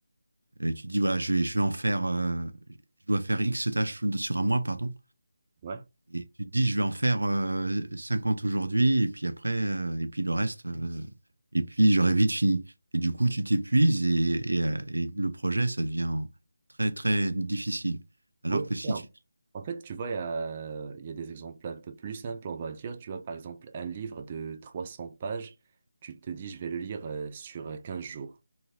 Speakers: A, on the right (about 85°); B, on the right (about 30°).
A: euh, Et tu dis, voilà, je vais, je vais en faire, euh, je dois faire X tâches sur sur un mois, pardon.
B: Ouais.
A: Et tu te dis, je vais en faire euh, 50 aujourd'hui, et puis après, euh, et puis le reste, euh, et puis j'aurai vite fini. Et du coup, tu t'épuises et, et, euh, et le projet, ça devient très, très difficile. Alors
B: Oui,
A: que
B: c'est
A: si
B: ça.
A: tu...
B: En fait, tu vois, il y a, il y a des exemples un peu plus simples, on va dire. Tu vois, par exemple, un livre de 300 pages, tu te dis, je vais le lire euh, sur euh, 15 jours.